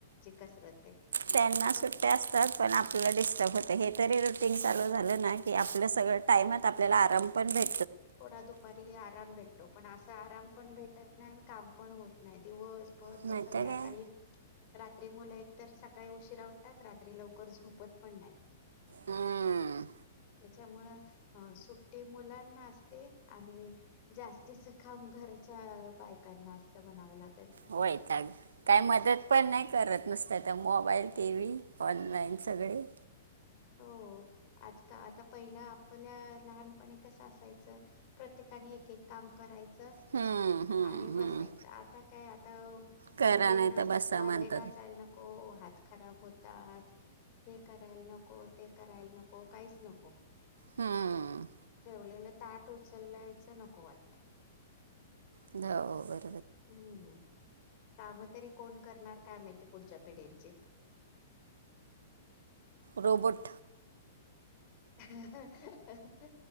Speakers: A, on the left; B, on the right.
A: कसरत आहे
B: त्यांना सुट्या
A: बस
B: असतात पण आपलं डिस्टर्ब होत हे तरी चालू झालं ना की आपलं सगळ टाईमात आपल्याला आराम पण भे
A: थोडा दुपारी आराम भेटतो, पण असा आराम. पण भेटत नाही, आणि काम पण होत नाही, दिवस. भर
B: नाही
A: ते संध्याकाळी
B: तर काय
A: रात्री मुल एक तर सकाळी उशीरा उटतात, रात्री लवकर झोपत पण नाहीत.
B: हम्म,
A: हम <unintelligible> त्याच्यामुळ सुट्टी मुलांना असते. ते आणि जास्तीच काम घरच्या बायकांना असत म्हनावं लागत.
B: वैताग, काय मदत पण नाही करत, नुसत तो मोबाईल. टीव्ही ऑनलाईन सगळे.
A: हो आज आता पहिलं आपल्या लहानपणी कसं असायचं प्रत्येकाने एक-एक काम करायचं. च
B: हम्म, हम्म,
A: आणि
B: हम्म.
A: बसायचं आता काय आ
B: करा
A: मुलींना
B: नाही तर बसा
A: भांडे
B: म्हणतात
A: घासायल नको हात. खराब होतात हे करायला नको. ना, ते करायला नको, काहीच नको.
B: हम्म.
A: जेवलेलं ताट उचललायच नको वाटतय.
B: लई अवघड.
A: <unintelligible> कामं तरी कोण करणार काय माहिती पुढच्या पिढीचे.
B: रोबोट.
A: हा...... ह..